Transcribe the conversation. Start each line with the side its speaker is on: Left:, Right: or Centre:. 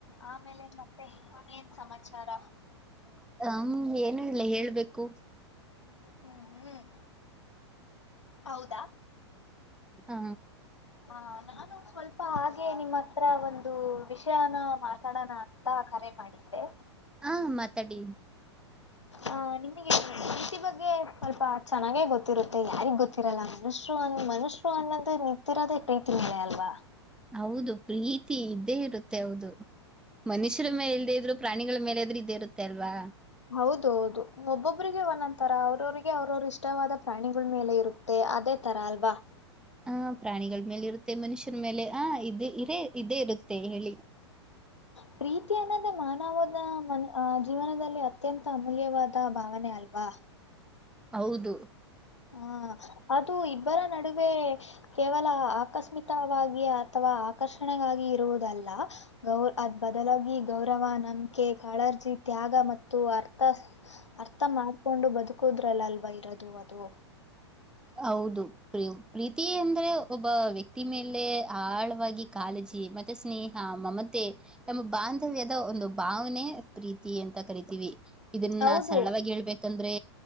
Left: ಆಮೇಲೆ ಮತ್ತೆ ಏನ್ ಸಮಾಚಾರ
Centre: ಹ್ಮ್ ಏನು ಇಲ್ಲ ಹೇಳ್ಬೇಕು
Left: ಹ್ಮ್ ಹ್ಮ್ ಹೌದಾ
Centre: ಹ
Left: ಹ ನಾನು ಸ್ವಲ್ಪ ಹಾಗೆ ನಿಮ್ಮ ಹತ್ರ ಒಂದು ವಿಷಯನ ಮಾತಾಡೋಣ ಅಂತ ಕರೆ ಮಾಡಿದ್ದೆ
Centre: ಹಾ ಮಾತಾಡಿ
Left: ಆ ನಿಮಗೆ ಪ್ರೀತಿ ಬಗ್ಗೆ ಸ್ವಲ್ಪ ಚೆನ್ನಾಗೆ ಗೊತ್ತಿರುತ್ತೆ ಯಾರಿಗ್ ಗೊತ್ತಿರಲ್ಲ ಮನುಷರು ಅನ್ ಮನುಷ್ಯರು ಅನ್ನೋದು ನಿಂತಿರೋದೇ ಪ್ರೀತಿ ಮ ಅಲ್ವಾ
Centre: ಹೌದು ಪ್ರೀತಿ ಇದ್ದೇ ಇರುತ್ತೆ ಹೌದು ಮನುಷ್ಯರ ಮೇಲೆ ಇಲ್ದೆೇ ಇದ್ರು ಪ್ರಾಣಿಗಳ ಮೇಲೆ ಇದ್ರು ಇದೇ ಇರುತ್ತೆ ಅಲ್ವಾ
Left: ಹೌದ ಹೌದು ಒಬ್ಬೊಬಿಗೆ ಒಂದೊ್ ತರ ಅವ್ರವಿಗೆ ಅವ್ರವ್ರ ಇಷ್ಟವಾದ ಪ್ರಾಣಿಗಳ ಮೇಲೆ ಇರುತ್ತೆ ಅದೇ ತರ ಅಲ್ವಾ
Centre: ಹ ಪ್ರಾಣಿಗಳ್ ಮೇಲ್ ಇರುತ್ತೆ ಮನುಷ್ಯರ ಮೇಲೆ ಆ ಇ ಇದೇ ಇದೇ ಇರುತ್ತೆ ಹೇಳಿ.
Left: ಪ್ರೀತಿ ಅನ್ನದೇ ಮಾನವದ ಮ ಜೀವನದಲ್ಲಿ ಅತ್ಯಂತ ಅಮೂಲ್ಯವಾದ ಭಾವನೆ ಅಲ್ವಾ
Centre: ಹೌದು
Left: ಹ್ಮ ಅ ಮತ್ತು ಇಬ್ಬರ ನಡುವೆ ಕೇವಲ ಆಕಸ್ಮಿಕವಾಗಿ ಅಥವಾ ಆಕರ್ಷಣೆಗಾಗಿ ಇರುವುದಲ್ಲ ಅದ್ ಬದಲಾಗಿ ಗೌರವ ನಂಬಿಕೆ ಕಾಳಜಿ ತ್ಯಾಗ ಮತ್ತು ಅರ್ಥ ಅರ್ಥ ಮಾಡ್ಕೊಂಡು ಬದುಕೋುದ್ರಲ್ಲಲ್ವಾ ಇರೋದು ಅದು
Centre: ಹೌದು ಪ್ರ ಪ್ರೀತಿ ಅಂದ್ರೆ ಒಬ್ಬ ವ್ಯಕ್ತಿ ಮೇಲೆ ಆಳವಾಗಿ ಕಾಳಜಿ ಮತ್ತೆ ಸ್ನೇಹ ಮಮತೆ ಎಮ್ಮ ಬಾಂಧವ್ಯದ ಒಂದು ಭಾವನೆ ಪ್ರೀತಿ ಅಂತ ಕರಿತೀವಿ ಇದನ್ನ
Left: ಹೌದು
Centre: ಸರಳವಾಗಿ ಹೇಳ್ಬೇಕಂದ್ರೆ